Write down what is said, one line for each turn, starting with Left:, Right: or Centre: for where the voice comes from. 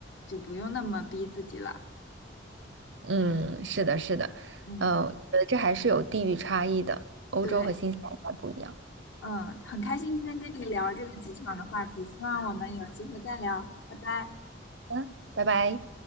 Left: 就不用那么逼自己了。
Right: 嗯，是的，是的，
Left: 嗯，
Right: 呃，我觉得这还是有地域差异的，欧洲和新西兰还不一样。
Left: 对，嗯，很开心今天跟你聊这个职场的话题，希望我们有机会再聊，拜拜。
Right: 嗯，拜拜。